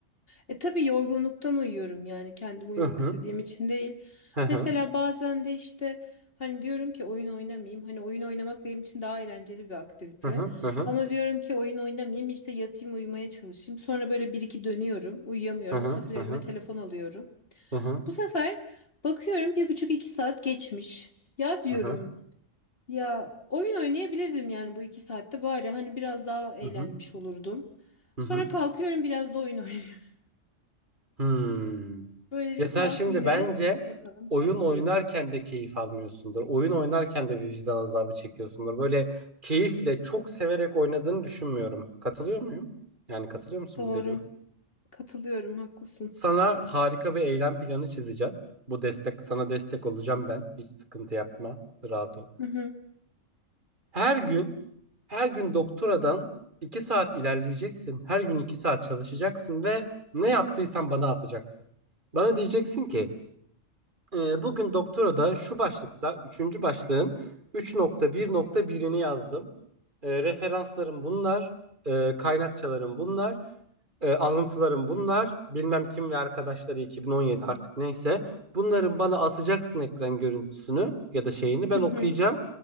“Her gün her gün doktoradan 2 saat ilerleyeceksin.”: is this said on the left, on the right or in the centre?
Right